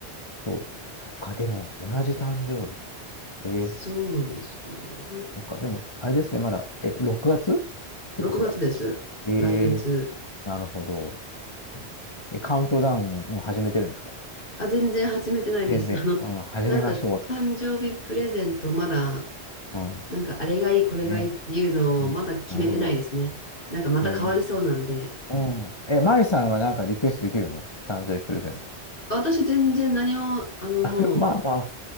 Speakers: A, on the left; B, on the left.
A: そう。そっか、でも、同じ誕生日。えー
B: そうなんですよね。
A: なんか、でも、あれですね、まだ、え、6月ってことは。
B: 6月です。
A: え
B: 来月。
A: ー、なるほど。え、カウントダウンもう始めてるんですか
B: あ、全然始めてないです。
A: 全然。
B: あの、
A: うん、始めましょうとか。
B: なんか誕生日プレゼントまだ、
A: うん。
B: なんかあれがいい、これがいいっていうのをまだ決めてないですね。
A: ね。ね。なるほど。
B: なんかまた変わりそうなんで。
A: えー、うん。え、マイさんはなんかリクエストできるの誕生日プレゼント。
B: 私全然何も、あの、
A: <laughs>
B: も
A: まあまあ、